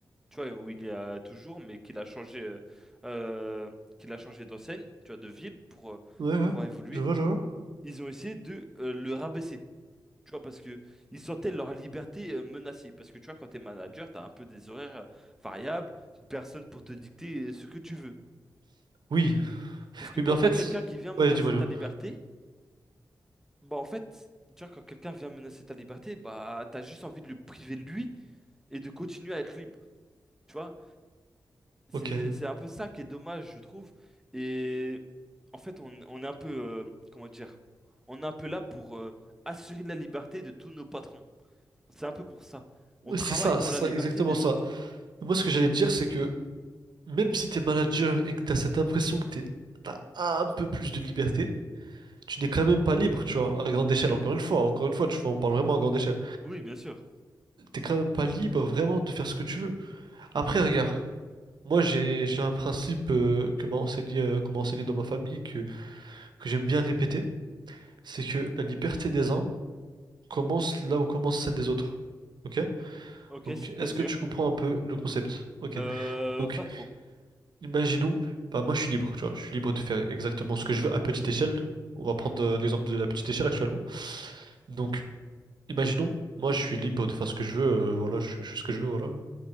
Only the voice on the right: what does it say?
ouais, ouais,
je vois, je vois.
Oui,
oui,
mais en fait,
ouais, dis-moi, dis-moi.
Ok,
c'est ça,
c'est
ça, exactement
ça.
Moi, ce que j'allais te dire, c'est que même si t'es manager et que t'as cette impression que t'es, t'as un peu plus de liberté tu n'es quand même pas libre, tu vois, à grande échelle, encore une fois, encore une fois, tu vois, on parle vraiment à grande
échelle.
T'es quand même pas libre vraiment de faire ce que tu veux. Après, regarde, moi j'ai j'ai un principe euh, que m'a enseigné, euh, qu'on m'a enseigné dans ma famille, que, que j'aime bien répéter, c'est que la liberté des uns commence là où commence celle des autres. Ok?
Donc,
est-ce que tu comprends un peu le concept? Ok.
Donc,
imaginons, bah moi je suis libre, tu vois, je suis libre de faire exactement ce que je veux à petite échelle. On va prendre euh, l'exemple de la petite échelle actuellement. Donc, Imaginons, moi je suis libre de faire ce que je veux, euh, voilà, je, je fais ce que je veux, voilà.